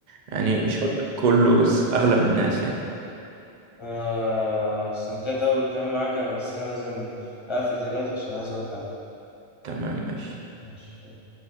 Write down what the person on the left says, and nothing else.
انا استمتعت قوي بالكلام معاك انا بس انا لازم اقفل دلوقتي عشان عايز اروح اكل
ماشي